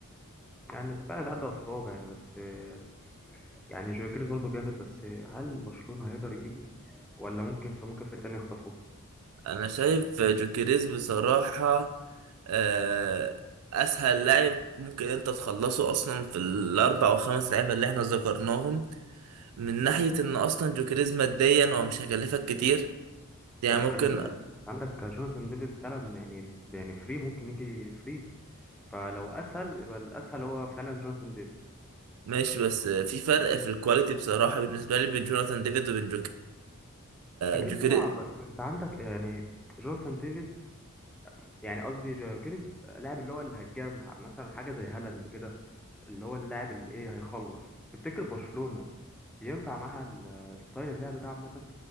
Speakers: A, in the centre; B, on the right.
A: يعني ده فعلا عدى على الصوابع يعني بس آه، يعني جيوكيريز برضو جامد بس آه، هل برشلونة هيقدر يجيبه ولا ممكن فممكن فريق تاني يخطفوه
B: انا شايف جوكيريز بصراحة آه، اسهل لاعب ممكن انت تخلصه اصلا في الاربع وخمس لعيبة اللي احنا ذكرناهم من ناحية ان اصلا جوكيريز ماديا هو مش هيكلفك كتير يعني
A: بس خلي
B: ممكن
A: بالك عندك جوناثان ديفيد فعلا يعني يعني فري ممكن يجي فري فلو اسهل يبقى الاسهل هو فعلا جوناثان ديفيد
B: ماشي بس في فرق في الكواليتي بصراحة بالنسبة لي بين جوناثان ديفيد وبين
A: اكيد
B: جوكيريز
A: طبعا بس انت عندك يعني جونسون ديفيد يعني قصدي جاكيرز لاعب اللي هو الهجام ح- مثلا حاجه زي هالاند كده اللي هو اللاعب اللي ايه هيخلص تفتكر برشلونه ينفع معاها ال- ستايل اللعب ده عامه